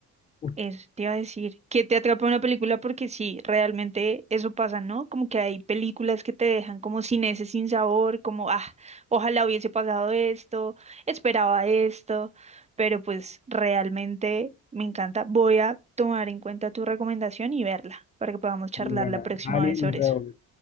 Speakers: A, on the left; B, on the right.
A: Uf,
B: Eso te iba a decir. Que te atrapa una película porque sí, realmente eso pasa, ¿no? Como que hay películas que te dejan como sin ese sin sabor, como, ah, ojalá hubiese pasado esto, esperaba esto, pero pues realmente me encanta. Voy a tomar en cuenta tu recomendación y verla para que podamos charlar
A: muy buena.
B: la próxima
A: Alien
B: vez sobre
A: Revolution.
B: eso.